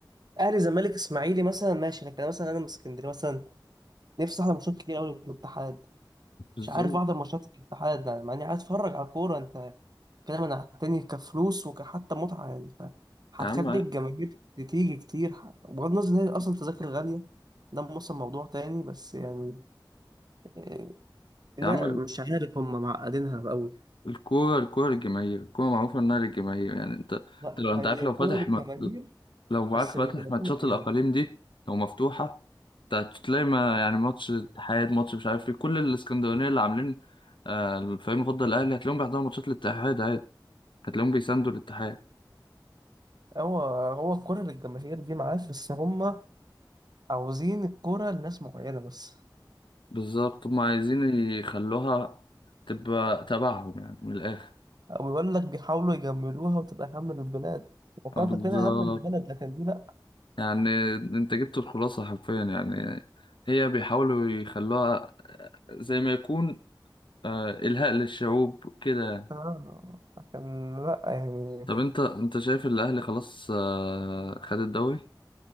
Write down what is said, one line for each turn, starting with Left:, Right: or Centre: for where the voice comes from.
Right: اهلي زمالك اسماعيلي مثلا ماشي لكن مثلا انا من اسكندريه مثلا نفسي احضر ماتشات كتير قوي في الاتحاد
Left: ازاي
Right: مش عارف احضر ماتشات الاتحاد يعني مع اني عايز اتفرج على كوره انت كلام انا تاني كفلوس وكحتى متعه يعني ف هتخلي
Left: يا عم يا
Right: الجماهير تيجي كتير ح- بغض النظر ان هي اصلا تذاكر غاليه ده مثلا موضوع تاني بس يعني آه، لا
Left: عم ال-
Right: مش عارف هم معقدينها قوي
Left: الكوره الكوره للجماهير الكوره معروفه انها للجماهير يعني انت انت
Right: لا
Left: لو
Right: هي
Left: انت عارف لو
Right: كوره
Left: فاتح
Right: للجماهير
Left: م- لو
Right: بس
Left: عارف فاتح
Right: لجماهير
Left: ماتشات
Right: معينه
Left: الأقاليم دي لو مفتوحة ت- تلاقي ما يعني ماتش اتحاد ماتش مش عارف ايه كل الاسكندرانية اللي عاملين آه، الفريق المفضل الأهلي هتلاقيهم بيحضروا ماتشات الاتحاد عادي هتلاقيهم بيساندوا الاتحاد
Right: هو هو الكوره للجماهير دي معاك بس هم عاوزين الكوره لناس معينه بس
Left: بالظبط هما عايزين يخلوها تبقى تبعهم يعني من الآخر
Right: او يقول لك بيحاولوا يجملوها وتبقى هم للبلاد وكان
Left: آه، بالظبط
Right: فاكرينها هم للبلد لكن دي لا
Left: يعني انت جبت الخلاصة حرفيا يعني هي بيحاولوا يخلوها زي ما يكون آه، إلهاء للشعوب كده يعني.
Right: آه كان لا يعني
Left: طب انت انت شايف ان الاهلي خلاص آه، خد الدوري